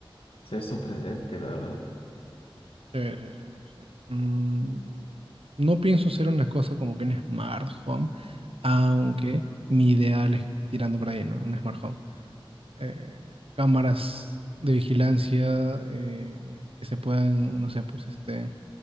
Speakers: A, on the left; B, on the right.
A: se es sorprendente, la verdad.
B: Sí, sí, sí, sí. sí. Mm, No pienso hacer una cosa como que un smart home, aunque mi ideal es tirando por ahí, ¿no? Un smart home. Eh, cámaras de vigilancia eh, que se puedan, no sé, pues este,